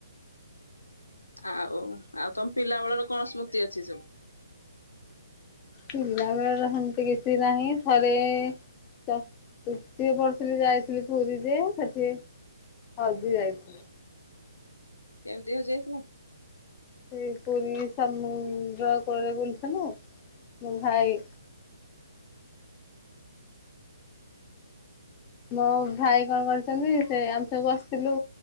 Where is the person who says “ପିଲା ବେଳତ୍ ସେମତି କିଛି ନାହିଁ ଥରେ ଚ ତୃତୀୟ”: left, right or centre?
Left